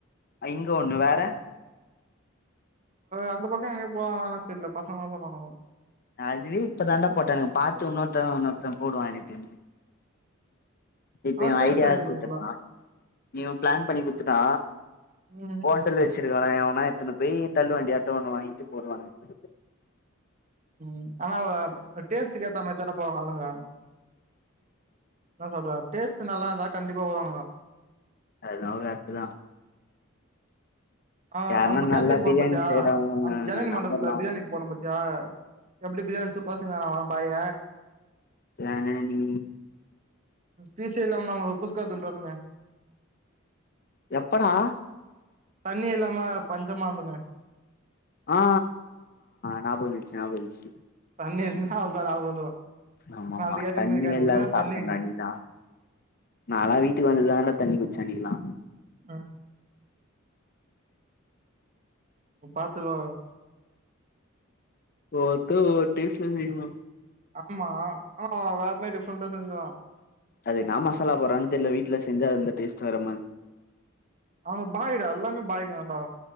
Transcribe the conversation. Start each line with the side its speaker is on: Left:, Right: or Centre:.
Left: அ இங்க ஒண்ணு வேற
Right: அந்த பக்கோம் எங்க போறாங்களான் தெர்ல பசங்க ப <unintelligible>
Left: அதுவே இப்ப தாண்டா போட்டாங்க எனக்கு பாத்து இன்னொருத்தவன் இன்னொருத்தன் போடுவான் எனக்கு தெரிஞ்சு இப்ப
Right: ஆனா
Left: என்
Right: சேல்ஸ்
Left: ஐடியா
Right: ஆயிடுது
Left: யாரு கூத்துட்டா
Right: நல்லா
Left: நீயும் பிளான் பண்ணி குத்துட்டா
Right: ம்
Left: ஃபோன் தல் வச்சுடுவே அவே மேல எத்தன போய் தல்லு வண்டி அட்டை ஒன்னு வாங்கிட்டு போடுவானங்க
Right: உம் ஆனா டேஸ்டுக்கு ஏத்த மாரித்தான போவாங்க ஆளுங்க என்ன சொல்ற டேஸ்ட் நல்லா இருந்தா கண்டிப்பா உடுவானுங்க
Left: அதுவு கரெக்ட்தா
Right: ஆ
Left: யாருன்னா
Right: அம்ப கேட்ரிங்
Left: நல்லா பிரியாணி
Right: போனே பாத்தியா
Left: செய்யறவங்க
Right: அந்த ஜனின்
Left: நம்பர்லா
Right: மண்டபத்துல
Left: வாங்கி
Right: பிரியாணிக்கு போன பத்தி ஆ எப்டி பிரியாணி சூப்பரா செஞ்சாங்கலா பாய்
Left: ஜெனனி
Right: பீசே எல்லாம நாங்க குஸ்கா தின்ட்டு வந்தோமே
Left: எப்படா
Right: தண்ணி இல்லாம பஞ்சமாந்தமே
Left: ஆ ஞாபகம் வந்துச்சு ஞாபகம் வந்துச்சு
Right: தண்ணி இருந்தா அவ்ளோதா ஞாபகம் வந்துரு
Left: ஆமாமா
Right: நா அந்த கேட்ரிங்
Left: தண்ணி
Right: இந்த கேட்ரிங்னா
Left: எல்லாரும் சாப்ட்டமே
Right: தண்ணி
Left: அது இதா நாளா வீட்டுக்கு வந்துதால்ல தண்ணி குச்சே அண்ணிக்லா
Right: மா இப் பாத்துக்கோ
Left: ஒவ்வொருத்தர் ஒரு டேஸ்ட் ல செய்வாங்
Right: ஆமா ஆ வேறமே டிஃப்ரெண்டா செஞ்சுருவா
Left: அது என்னா மசாலா போறா தெரில வீட்ல செஞ்சா அந்த டேஸ்ட் வேற மா
Right: அவுங்க பாயிடா எல்லாமே பாயதாண்ட